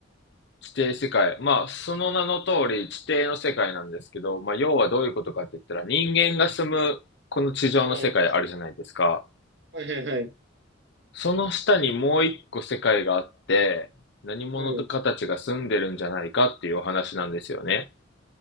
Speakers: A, on the left; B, on the right.
A: ー地底世界。まあ、その名の通り地底の世界なんですけど、まあ、要はどういうことかって言ったら人間が住むこの地上の世界あるじゃないですか。
B: はい、はい、はい。
A: その下にもう一個世界があって、何者かたちが住んでるんじゃないかっていうお話なんですよね。
B: はい。